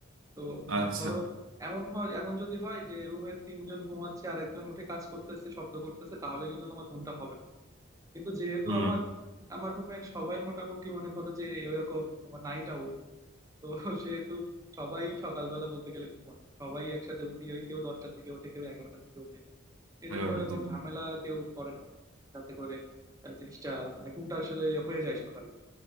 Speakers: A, on the right (about 15°); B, on the right (about 80°).
A: তো
B: আচ্ছা
A: ধরো এমন হয় এমন যদি হয় যে রুমের তিনজন ঘুমাচ্ছে আর একজন উঠে কাজ করতেছে শব্দ করতেছে তাহলে কিন্তু তোমার ঘুমটা হবে না কিন্তু যেহেতু
B: হুম
A: আমার আমার রুমের সবাই মোটামুটি মনে করো যে এরকম তোমার নাইট আউল তো সেহেতু সবাই সকালবেলা বলতে গেলে ঘুমায় সবাই একসাথে উঠি ওই কেউ দশটার দিকে ওঠে কেউ এগারোটার দিকে ওঠে এই জন্য
B: এগারোটার
A: এরকম
B: দিকে
A: ঝামেলা কেউ করে না যাতে করে আহ, জিনিসটা মানে ঘুমটা আসলে হয়ে যায় সকালে